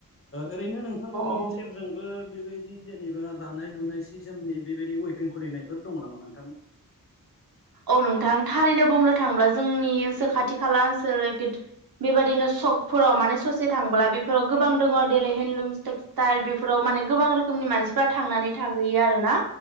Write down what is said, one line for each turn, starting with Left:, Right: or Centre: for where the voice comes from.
Left: ओरैनो नोंथांमोननि
Right: औ
Left: सेरजोंबो बेबायदि जेनेबा दानाय-लुनाय सि-जोमनि बेबायदि उइभिं खुलिनायफोर दङ नामा नों
Right: औ नोंथां थारैनो बुंनो थांब्ला जोंनि खाथि-खाला ओनसोल बेबायदिनो सकफोराव माने ससे थांब्ला बेफोराव गोबां दङ जेरै- हेनदलुम टेक्सटाइल बेफोराव माने गोबां रोखोमनि मानसिफ्रा थांनानै थाहैयो आरो ना